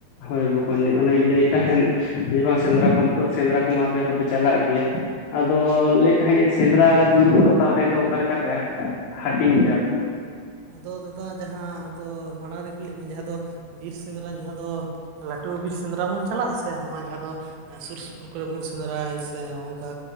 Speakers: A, on the left; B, on the right.
A: ᱦᱳᱭ ᱵᱚᱠᱚᱧ ᱚᱱᱮᱧ ᱞᱟᱹᱭᱮᱫ ᱛᱟᱦᱮᱸᱱ ᱦᱳᱭ ᱵᱟᱝ ᱥᱮᱸᱫᱽᱨᱟ ᱠᱚᱢ ᱯᱟᱹ ᱥᱮᱸᱫᱽᱨᱟ ᱠᱚᱢᱟ ᱯᱮ ᱦᱚᱸᱯᱮ ᱪᱟᱞᱟᱜ ᱜᱮᱭᱟᱼᱼ ᱟᱫᱚ ᱞᱟᱹᱭᱮᱫ ᱛᱟᱦᱮᱸᱜ ᱤᱧ ᱥᱮᱸᱫᱽᱨᱟ ᱡᱩᱲᱩ ᱠᱚᱫᱚ ᱛᱟᱦᱞᱮ ᱫᱚ ᱚᱠᱟ ᱞᱮᱠᱟ ᱯᱮ ᱟᱹᱜ ᱦᱟᱹᱴᱤᱧ ᱜᱮᱭᱟ?
B: ᱟᱫᱚ ᱫᱟᱫᱟ ᱡᱟᱦᱟᱸ, ᱟᱫᱚ ᱢᱟᱲᱟᱝ ᱨᱤᱧ ᱠᱩᱞᱤᱜ ᱢᱤᱧ ᱡᱟᱦᱟᱸ ᱫᱚ ᱵᱤᱨ ᱥᱮᱸᱫᱽᱨᱟ ᱡᱟᱦᱟᱸ ᱫᱚ, ᱞᱟᱹᱴᱩ ᱵᱤᱨ ᱥᱮᱸᱫᱽᱨᱟ ᱵᱚᱱ ᱪᱟᱞᱟᱜ ᱟ ᱥᱮ ᱦᱚᱸᱜᱼᱚᱭ ᱡᱟᱦᱟᱸ ᱫᱚ ᱮᱸ ᱥᱩᱨ ᱥᱩᱯᱩᱨ ᱠᱚᱨᱮ ᱵᱚᱱ ᱥᱮᱸᱫᱽᱨᱟᱭ ᱥᱮ ᱱᱚᱜ-ᱱᱚᱝᱠᱟ